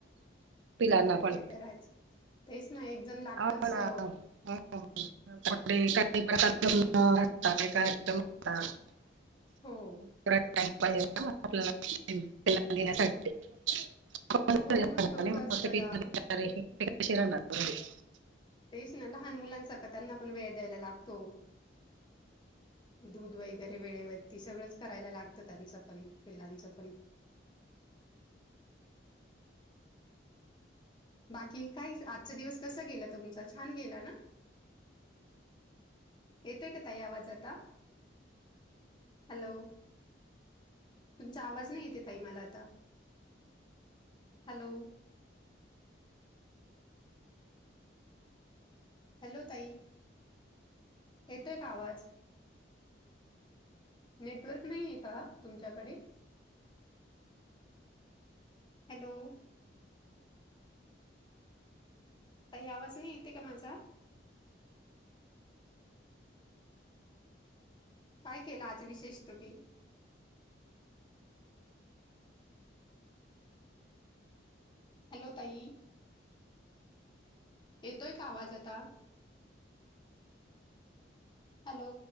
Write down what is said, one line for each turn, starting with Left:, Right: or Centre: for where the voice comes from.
Right: पिलांना पण
Left: ते तर आहेच. तेच ना एक जण लागतच
Right: हो ना.
Left: अ
Right: <unintelligible>
Left: हो.
Right: <unintelligible> <inaudible>
Left: हो मग छोटं
Right: <inaudible>
Left: असतं ना. तेच ना, लहान मुलांसारखं त्यांना पण वेळ द्यायला लागतो. दूध वगैरे वेळेवरती सगळंच करायला लागतं त्यांचं पण पिल्लांचं पण. बाकी काय? आजचा दिवस कसा गेला तुमचा? छान गेला ना? येतोय का ताई आवाज आता? हॅलो. तुमचा आवाज नाही येते ताई मला आता. हॅलो. हॅलो ताई, येतोय का आवाज? नेटवर्क नाहीये का तुमच्याकडे? हॅलो. ताई आवाज नाही येते का माझा? काय केलं आज विशेष तुम्ही? हॅलो, ताई. येतोय का आवाज आता? हॅलो.